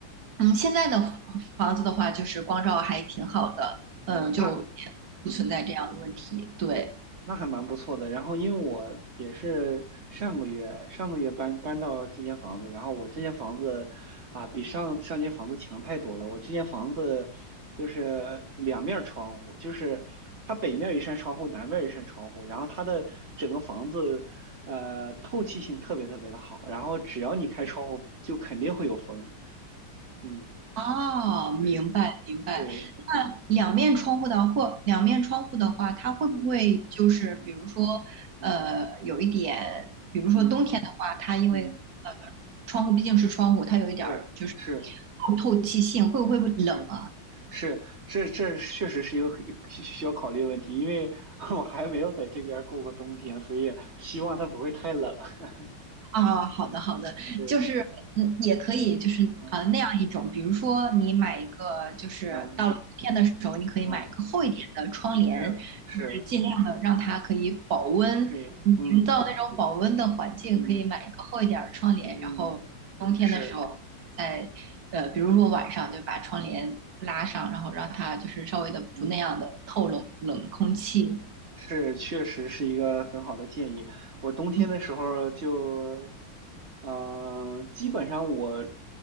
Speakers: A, on the right; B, on the right.
A: 嗯，现在的房房子的话，就是光照还挺好的，
B: 哦，
A: 嗯、
B: 那
A: 就也不存在这样的问题。
B: 嗯，
A: 对。
B: 那还蛮不错的。然后因为我也是上个月上个月搬搬到这间房子，然后我这间房子啊比上上间房子强太多了。我这间房子就是两面儿窗户，就是它北面儿一扇窗户，南面儿一扇窗户，然后它的整个房子呃透气性特别特别的好，然后只要你开窗户就肯定会有风。嗯，
A: 哦，
B: 对
A: 明白明白。
B: 对，
A: 那两面窗户的或两面窗户的话，它会不会就是比如说，
B: 嗯嗯嗯
A: 呃，有一点，比如说冬天的话，
B: 嗯
A: 它因为呃
B: 嗯，
A: 窗户毕竟是窗户，它有一点儿就是
B: 是是
A: 透透气性，会不会冷啊？
B: 是是，这这确实是一个很需要考虑的问题，因为 <laughs> 我还没有在这边儿过过冬天，所以希望它不会太冷。<laughs>
A: 啊，好的好的，
B: 对，
A: 就是嗯，也可以就是呃那样一种，
B: 嗯
A: 比如说你买一个，
B: 嗯
A: 就是到了冬天的时候，
B: 嗯
A: 你可以买一个厚一点的窗帘，
B: 嗯，是是
A: 就是尽量的让它可以保温，
B: 是，
A: 你营造那种保温的环境，
B: 嗯嗯
A: 可以买一个厚一点儿的窗帘，
B: 嗯，
A: 然后冬天的时候在呃，
B: 是，
A: 比如说晚上就把窗帘拉上，然后让它就是稍微的不那样的透冷冷空气，
B: 嗯。是，确实是一个很好的建议。我冬天的时候就，
A: 嗯
B: 嗯，基本上我